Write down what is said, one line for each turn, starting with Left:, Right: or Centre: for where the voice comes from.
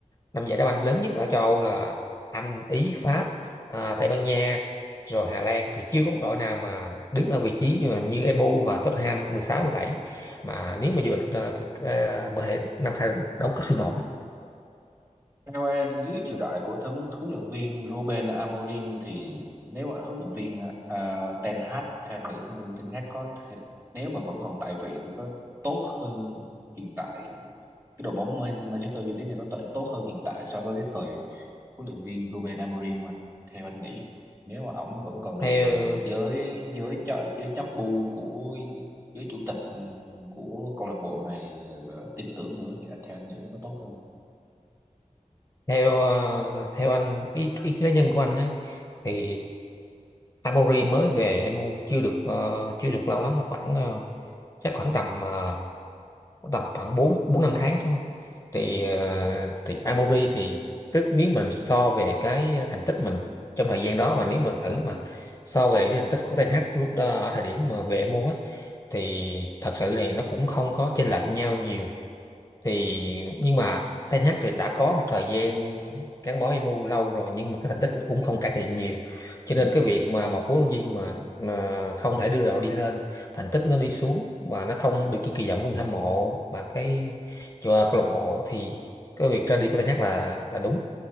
Left: năm giải đá banh lớn nhất ở châu Âu là Anh Ý Pháp à, Tây Ban Nha rồi Hà Lan thì chưa có một đội nào mà đứng ở vị trí mà như MU và Tottenham mười sáu mười bảy mà nếu mà vô địch ờ, thực- ờ, có thể năm sau đấu cúp C1
Right: Theo em, dưới triều đại của thân huấn luyện viên Ruben Amorim thì nếu mà huấn luyện viên à, Ten Hag, theo anh nghĩ huấn luyện viên Ten Hag có thể, nếu mà vẫn còn tại vị thì có tốt hơn hiện tại cái đội bóng Man- Manchester United này có thể tốt hơn hiện tại so với cái thời huấn luyện viên Ruben Amorim mà theo anh nghĩ nếu mà ổng vẫn còn được
Left: theo
Right: ờ, giới giới cho giới chấp bu của giới chủ tịch ừm, của câu lạc bộ này ờ, tin tưởng nữa thì theo anh nghĩ nó có tốt hơn không?
Left: theo ờ, theo anh ý, ý kiến cá nhân của anh á, thì
Right: Ừ.
Left: Amori mới về MU chưa được ờ, chưa được lâu lắm là khoảng ờ, chắc khoảng tầm ờ, khoảng tầm khoảng bốn bốn năm tháng thôi thì ờ, thì Amori thì tức nếu mình so về cái thành tích mình trong thời gian đó mà nếu mà thử mà so về cái thành tích của Ten Hag lúc đó ở thời điểm mà về MU á thì thật sự này nó cũng không có chênh lệch nhau nhiều thì nhưng mà Ten Hag thì đã có một thời gian gắn bó MU lâu rồi nhưng mà cái thành tích cũng không cải thiện nhiều cho
Right: Ừ.
Left: nên cái việc mà một huấn luyện viên mà, mà không thể đưa đội đi lên thành tích nó đi xuống và nó không được như kỳ vọng của người hâm mộ và cái cho câu lạc bộ thì cái việc ra đi của Ten Hag là là đúng